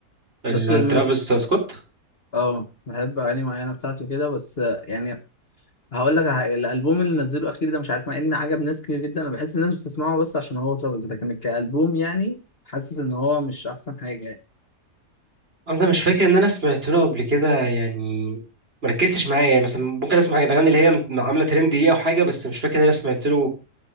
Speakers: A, on the right; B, on the left.
A: ال-
B: بس مش
A: ترافيس سكوت
B: اه بحب اغاني معينه بتاعته كده بس آه، يعني هقول لك على- حاجة، الالبوم اللي نزله اخير ده مش عارف مع ان عجب ناس كتير جدا انا بحس الناس بتسمعه بس عشان هو ترافيس لكن كالبوم يعني حاسس ان هو مش احسن حاجه يعني
A: انا مش فاكر ان انا سمعت له قبل كده يعني مركزتش معايا يعني مثلا ممكن اسمع الاغاني اللي هي عامله ترند دي او حاجه بس مش فاكر ان انا سمعت له